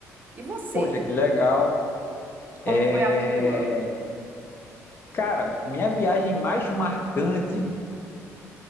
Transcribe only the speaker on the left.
Poxa, que legal.
É...
Cara, minha viagem mais marcante,